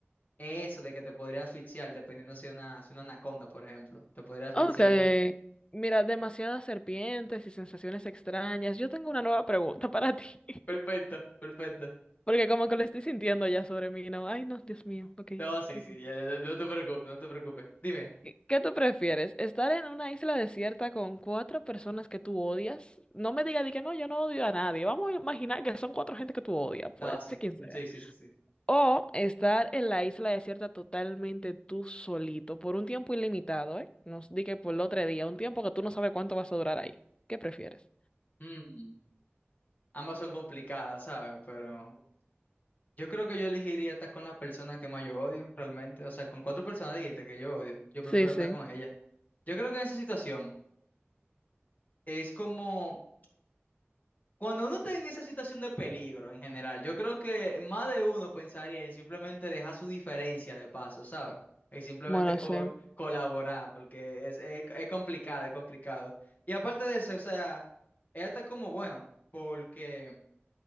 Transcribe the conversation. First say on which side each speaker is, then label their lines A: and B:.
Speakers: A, on the left; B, on the left.
A: eso de que te podría asfixiar, dependiendo si una, si una anaconda, por ejemplo, te podría asfixiar
B: Ok.
A: yo.
B: Mira, demasiadas serpientes y sensaciones extrañas. Yo tengo una nueva pregunta para ti. <laughs>
A: Perfecto, perfecto.
B: Porque como que lo estoy sintiendo ya sobre mí, ¿no? Ay, no, Dios mío. Ok.
A: No, sí,
B: ok.
A: sí, ya, ya, ya, no te preocupes, no te preocupes. Dime.
B: ¿Qué qué tú prefieres? ¿Estar en una isla desierta con cuatro personas que tú odias? No me digas di que no, yo no odio a nadie. Vamos a imaginar que son cuatro gente que tú odias, puede
A: No, sí,
B: ser quien sea.
A: sí, sí, sí, sí.
B: O estar en la isla desierta totalmente tú solito por un tiempo ilimitado, ¿eh? No di que por el otro día, un tiempo que tú no sabes cuánto vas a durar ahí. ¿Qué prefieres?
A: Mm, ambas son complicadas, ¿sabes? Pero yo creo que yo elegiría estar con las personas que más yo odio, realmente. O sea, con cuatro personas dijiste que yo odio, yo prefiero
B: Sí, sí.
A: estar con ellas. Yo creo que en esa situación es como... Cuando uno está en esa situación de peligro en general, yo creo que más de uno pensaría en simplemente dejar su diferencia de paso, ¿sabes? Y simplemente
B: Bueno,
A: co-
B: sí.
A: colaborar, porque es, es, es complicado, es complicado. Y aparte de eso, o sea, es hasta como bueno, porque